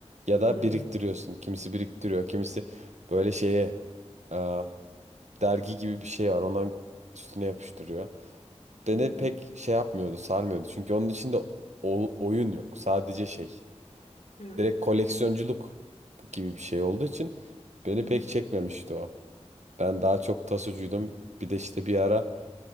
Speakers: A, on the right (about 80°); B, on the left (about 85°).
A: Ya
B: Hı
A: da biriktiriyorsun. Kimisi biriktiriyor, kimisi böyle şeye aa, dergi gibi bir şey var. Ondan üstüne yapıştırıyor. Beni
B: hı. hı.
A: pek şey yapmıyordu, sarmıyordu. Çünkü onun içinde o- oyun yok. Sadece şey.
B: Evet.
A: Direkt koleksiyonculuk gibi bir şey olduğu için beni
B: Hı hı.
A: pek çekmemişti o. Ben daha çok tasocuydum. Bir de işte bir ara